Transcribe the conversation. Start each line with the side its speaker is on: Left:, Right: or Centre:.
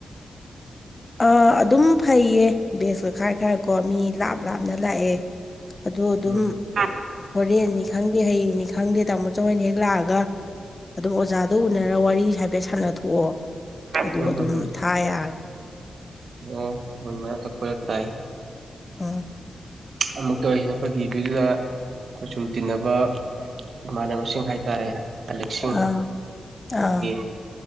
Left: ꯑꯥ ꯑꯗꯨꯝ ꯐꯩꯌꯦ ꯕꯦꯒꯇ ꯈꯔ ꯈꯔ ꯀꯣ ꯃꯤ ꯂꯥꯞ ꯂꯥꯞꯅ ꯂꯥꯛꯑꯦ ꯑꯗꯣ ꯑꯗꯨꯝ
Right: ꯎꯝ ꯍꯝ
Left: ꯍꯣꯔꯦꯟꯅꯤ ꯈꯪꯗꯦ ꯍꯌꯦꯡꯅꯤ ꯈꯪꯗꯦ ꯇꯥꯃꯣꯁꯨ ꯍꯣꯏꯅ ꯍꯦꯛ ꯂꯥꯛꯑꯒ ꯑꯗꯨꯝ ꯑꯣꯖꯥꯗ ꯎꯅꯔ ꯋꯥꯔꯤ ꯍꯥꯏꯐꯦꯠ ꯁꯥꯟꯅꯊꯣꯛꯑꯣ ꯑꯗꯨꯒ
Right: ꯎꯝ
Left: ꯑꯗꯨꯝ
Right: ꯎꯝ ꯎꯝ
Left: ꯊꯥ ꯌꯥꯔꯅꯤ
Right: ꯑꯣ ꯍꯣꯏꯃ ꯈꯨꯂ ꯇꯥꯏ
Left: ꯎꯝ
Right: ꯑꯃꯨꯛ ꯇꯧꯔꯤꯁꯦ ꯑꯩꯈꯣꯏꯒꯤꯗꯨꯗꯨꯗ ꯑꯩꯈꯣꯏ ꯁꯨꯝ ꯇꯤꯟꯅꯕ ꯏꯃꯥꯟꯅꯕꯁꯤꯡ ꯍꯥꯏ ꯇꯔꯦ ꯑꯂꯦꯛꯁꯤꯡ
Left: ꯑꯥ
Right: ꯑꯩꯗꯒꯤ
Left: ꯑꯥ